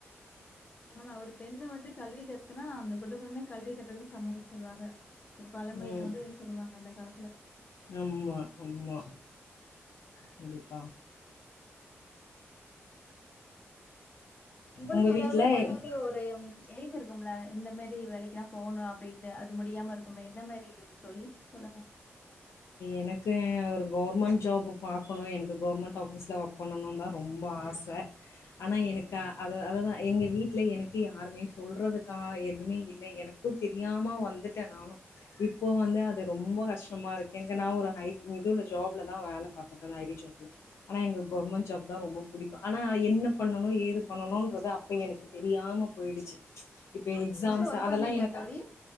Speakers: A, on the left; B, on the left.
A: ஆமா ஒரு பெண்ணு வந்து கல்வி கத்துனா அந்த குடும்பமே கல்வி கற்றதுக்கு சமம் சொல்லுவாங்க ஒரு பழமொழிய
B: ம்
A: வந்து சொல்லுவாங்க அந்த காலத்துல
B: ஆமா ஆமா கண்டிப்பா
A: உங்களுக்கு
B: உங்க
A: எதாவது
B: வீட்ல
A: படிச்சு ஒரு எய்ம் இருக்கும்ல இந்த மாரி வேலைக்குன்னா போணு அப்டின் னு அது முடியாம இருக்குமே என்ன மாரி இது தோழி சொல்லுங்க
B: எனக்கு ஒரு கவர்மெண்ட் ஜாப்பு பா க்கணு எனக்கு கவுர்மெண்ட் ஆஃபீஸ்ல ஒர்க் பண்ணணு தா ரொம்ப ஆச ஆனா எனக்கா அத அதுதா எங்க வீட்ல எனக்கு யாருமே சொல்றதுக்கா எதுமே இல்லை எனக்கும் தெரியாம வந்துட்டே நானு இப்போ வந்து அது ரொம்ப கஷ்டமா இருக் கு எனக்கு நா ஒரு ஹை இது உள்ள ஜாப்ல தா வேல பாத்துட்ருந்தே ஐ டி ஜாப்ல ஆனா எனக்கு கவுர்மெண்ட் ஜாப் தா ரொம்ப புடிக்கு ஆனா என்ன பண்ணனு ஏது பண்ணனுன்றத அப்ப எனக்கு தெரியாம போயிடுச்சு ச் இப்ப எக்ஸாம்ஸ்
A: இப்போ ஒர்க்
B: அதெல்லா
A: பண்றீங்களா
B: எனக்கு
A: தோழி?